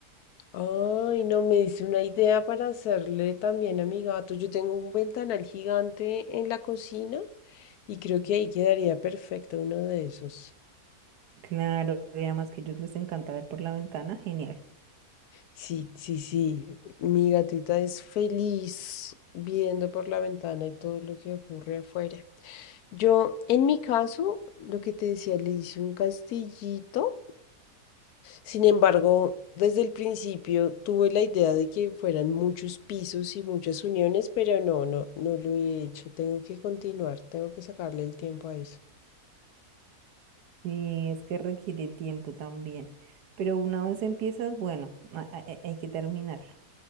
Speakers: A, on the left; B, on the right.
A: Ay, no, me dice una idea para hacerle también a mi gato. Yo tengo un ventanal gigante en la cocina y creo que ahí quedaría perfecto uno de esos.
B: Claro, y además que a ellos les encanta ver por la ventana, genial.
A: Sí, sí, sí. Mi gatita es feliz viendo por la ventana y todo lo que ocurre afuera. Yo, en mi caso, lo que te decía, le hice un castillito. Sin embargo, desde el principio tuve la idea de que fueran muchos pisos y muchas uniones, pero no, no, no lo he hecho. Tengo que continuar, tengo que sacarle el tiempo a eso.
B: Sí, es que requiere tiempo también. Pero una vez empiezas, bueno, ha- ha- hay, que terminarlo.